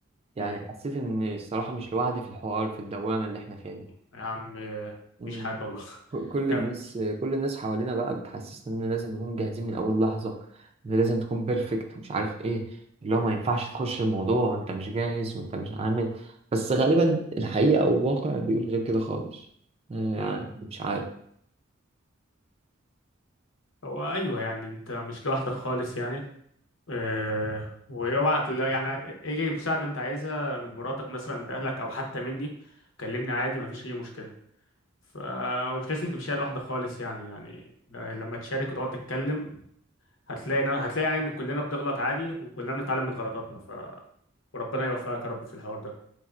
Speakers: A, on the right (about 30°); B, on the left (about 70°).
A: يعني
B: امم
A: حسيت إن الصراحة مش لوحدي في الحوار في الدوامة اللي إحنا فيها دي
B: يا عم آه،
A: مم.
B: مفيش حاجه والله
A: ك-
B: <laughs>
A: كل
B: كمل
A: الناس كل الناس حوالينا بقى بتحسسنا ان لازم نكون جاهزين من اول لحظه ان لازم تكون بيرفكت ومش عارف ايه اللي هو ما ينفعش تخش الموضوع وانت مش جاهز وانت مش عامل بس غالبا الحقيقه او الواقع بيقول غير كده خالص آه، يعني
B: مم.
A: مش عارف
B: هو ايوه يعني انت مش لوحدك خالص يعني أه واوعى تلا- يعني اي مساعده انت عايزها من مراتك مثلا من اهلك او حتى مني كلمني عادي مفيش اي مشكله ف ومش لازم تمشيها لوحدك خالص يعني يعني ل- لما تشارك وتقعد تتكلم هتلاقي هتلاقي يعني ان كلنا بنغلط عادي وكلنا بنتعلم من غلطاتنا ف وربنا يوفقك يا رب في الحوار ده